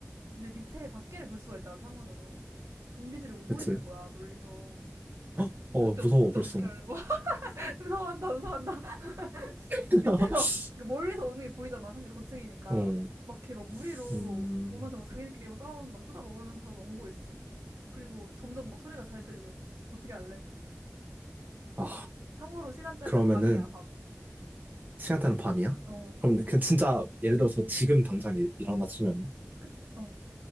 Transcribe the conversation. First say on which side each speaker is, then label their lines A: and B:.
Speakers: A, on the right; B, on the right.
A: 이제 밑에 밖에를 볼 수가 있잖아, 창문으로. 좀비들이 오고
B: 그치.
A: 있는 거야, 멀리서.
B: 헉! 어,
A: 그때,
B: 무서워,
A: 어- 그때
B: 벌써.
A: 어떻게 할래? <laughs> 와, 무서워한다, 무서워한다. <laughs>
B: <laughs>
A: 밑에서, 그러니까 멀리서 오는 게 보이잖아, 사실 고층이니까.
B: 어,
A: 막 이렇게 막 무리로
B: 음,
A: 오면서 막 자기들끼리 막 싸우면서 막 뜯어먹으면서 막 오고 있어. 그리고 점점 막 소리가 잘 들려. 어떻게 할래?
B: 아,
A: 참고로 시간대는
B: 그러면은,
A: 밤이야, 밤.
B: 시간대는 밤이야?
A: 어,
B: 그럼 그 진짜, 예를 들어서 지금 당장 일, 일어났으면,
A: 그 어,